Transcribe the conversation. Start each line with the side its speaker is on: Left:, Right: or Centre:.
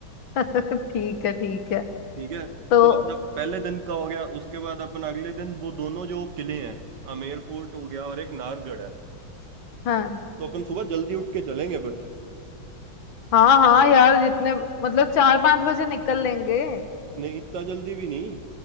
Left: है <laughs> ठीक है ठीक है
Right: ठीक है
Left: तो
Right: तो अपना पहले दिन का हो गया उसके बाद अपन अगले दिन वो दोनों जो किले हैं आमेर फोर्ट हो गया और एक नाहरगढ़ है
Left: हाँ
Right: तो अपन सुबह जल्दी उठ के चलेंगे बट
Left: हाँ हाँ यार जितने मतलब चार पांच बजे निकल लेंगे
Right: नहीं इतना जल्दी भी नहीं